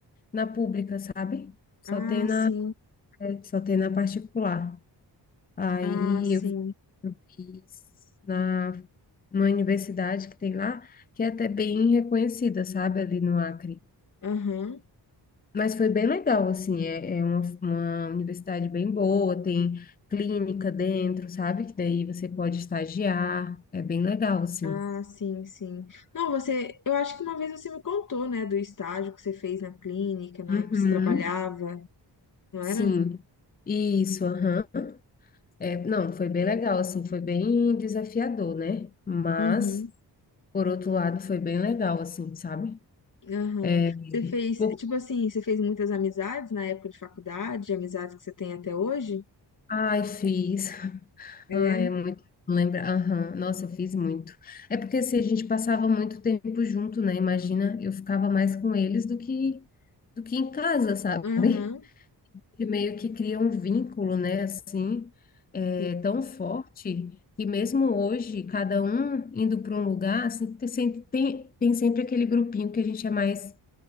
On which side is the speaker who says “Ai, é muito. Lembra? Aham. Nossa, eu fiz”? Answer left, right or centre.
Left